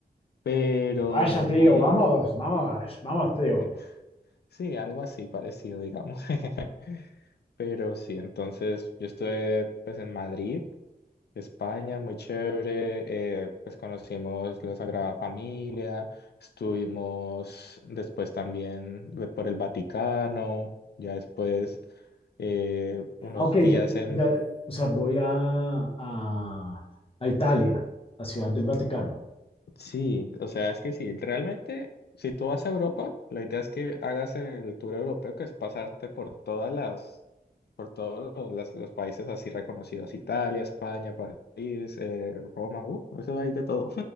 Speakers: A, on the left; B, on the left.
A: pero
B: Vaya
A: muy,
B: tío, vamos, vamos, vamos, tío.
A: eh, sí, algo así parecido, digamos. <laughs> Pero sí, entonces yo estuve pues en Madrid España, muy chévere. eh, pues conocimos la Sagrada Familia, estuvimos después también de- por el Vaticano, ya después eh, unos
B: Aunque
A: días
B: ya,
A: en...
B: ya, o sea, voy a, a, a Italia, a Ciudad del Vaticano.
A: Sí, o sea, es que sí, realmente si tú vas a Europa, la idea es que hagas el tour europeo, que es pasarte por todas las, por todos los, los países así reconocidos, Italia, España, París, eh, Roma, uh, eso hay de todo.